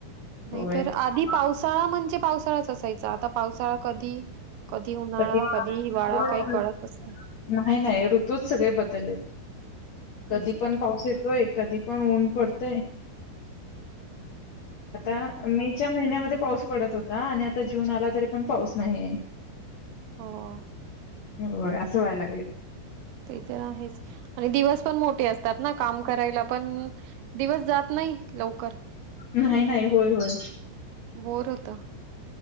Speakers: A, on the right (about 85°); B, on the left (about 60°).
A: नाहीतर
B: होय
A: आधी पावसाळा म्हणजे पावसाळाच असायचा. आता पावसाळा कधी- कधी उन्हाळा?
B: होय,
A: कधी हिवाळा?
B: होय.
A: काही कळतच नाही.
B: नाही नाही ऋतूच सगळे बदललेत. कधी
A: तेच
B: पण
A: तर
B: पाऊस येतोय. कधी पण ऊन पडतय. आता
A: मग काय.
B: मेच्या महिन्यामध्ये पाऊस पडत होता आणि आता जून आला तरी पण पाऊस नाहीये.
A: हो
B: होय. असं व्हायला लागलय.
A: ते तर आहेच आणि दिवस पण मोठे असतात ना? काम करायला पण दिवस जात- नाही. लवकर.
B: नाही नाही. होय होय.
A: बोअर होत.